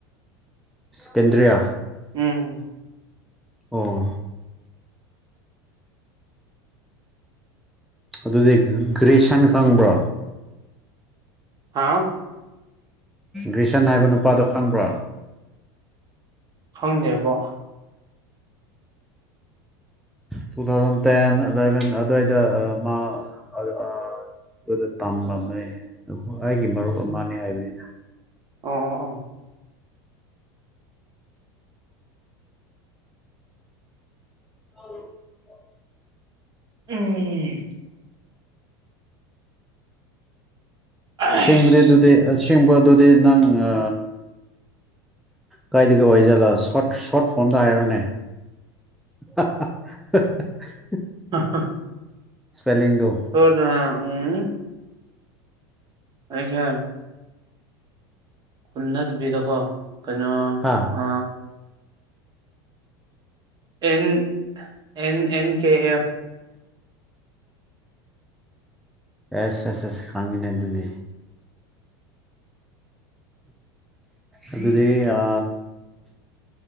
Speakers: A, in the centre; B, on the right.
A: ꯀꯦꯟꯗ꯭ꯔꯌꯥ
B: ꯎꯝ
A: ꯑꯣ ꯑꯗꯨꯗꯤ ꯒ꯭ꯔꯦꯁꯟ ꯈꯪꯕ꯭ꯔꯣ
B: ꯍꯥꯥ
A: ꯒ꯭ꯔꯤꯁꯟ ꯍꯥꯏꯕ ꯅꯨꯄꯥꯗꯣ ꯈꯪꯕ꯭ꯔꯥ
B: ꯈꯪꯖꯦꯕꯣ
A: ꯇꯨ ꯊꯥꯎꯖꯟ ꯇꯦꯟ ꯏꯂꯚꯦꯟ ꯑꯗꯨꯋꯥꯏꯗ ꯃꯥ ꯑꯗꯨꯗ ꯇꯝꯂꯝꯕꯅꯦ ꯑꯩꯒꯤ ꯃꯔꯨꯞ ꯑꯃꯅꯦ ꯍꯥꯏꯕꯅꯤꯅ
B: ꯑꯣ ꯑꯣ ꯑꯣ
A: ꯑ
B: ꯎꯝ ꯑꯁ
A: ꯁꯤꯕꯗꯦꯗꯨꯗꯦ ꯁꯤꯕꯗꯨꯗ ꯅꯪ ꯑ ꯀꯥꯏꯗꯒꯤ ꯀꯩ ꯋꯥꯏꯖꯠꯂ ꯁꯣꯔꯠ ꯐꯣꯝꯗ ꯍꯥꯏꯔꯣꯅꯦ <unintelligible>
B: ꯑ
A: ꯏꯁꯄꯦꯂꯤꯡꯗꯨ
B: ꯊꯣꯗ ꯎꯝ ꯑꯖ ꯑꯥ ꯅꯠꯇꯕꯤꯗꯀꯣ ꯀꯩꯅꯣ
A: ꯍꯥ
B: ꯑ N N N K F
A: S S S ꯈꯥꯡꯒꯤꯅꯦ ꯑꯗꯨꯗꯤ ꯑꯗꯨꯗꯤ ꯑ